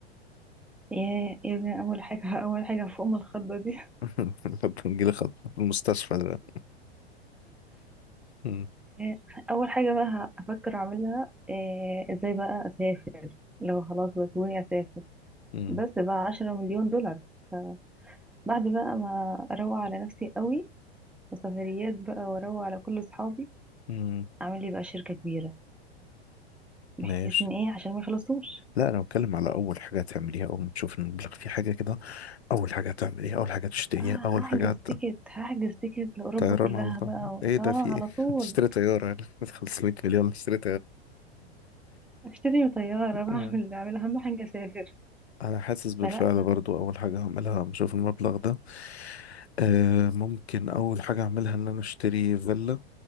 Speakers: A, in the centre; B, on the left.
A: يا يا ابني اول حاجه اول حاجه فوق ام الخضه دي
B: <laughs> بنجيلي خط في المستشفى ده مم.
A: إيه، اول حاجه بقى هفكر اعملها إيه، ازاي بقى اسافر لو خلاص بسوني اسافر
B: مم.
A: بس بقى عشرة مليون دولار فبعد بقى ما اروق على نفسي قوي وسفريات بقى واروق على كل اصحابي
B: مم.
A: اعمل لي بقى شركه كبيره بحيث
B: ماشي
A: ان ايه عشان ما يخلصوش
B: لا انا بتكلم على اول حاجة هتعمليها اول ما تشوفي المبلغ في حاجة كده اول حاجة هتعمليها اول حاجة تشتريها
A: اه
B: اول
A: هحجز
B: حاجة هت-
A: تيكت هحجز تيكت لاوروبا
B: طيران
A: كلها
B: على طول
A: بقى و...
B: ايه ده
A: اه
B: في ايه
A: على طول
B: <laughs> تشتري طيارة 500 <laughs> مليون تشتري
A: اشتري طيارة <laughs> بعمل
B: آه.
A: بعمل اهم حاجة اسافر
B: انا حاسس بالفعل
A: فلا
B: برضو اول حاجة هعملها لما اشوف المبلغ ده آه ممكن اول حاجة اعملها ان انا اشتري فيلا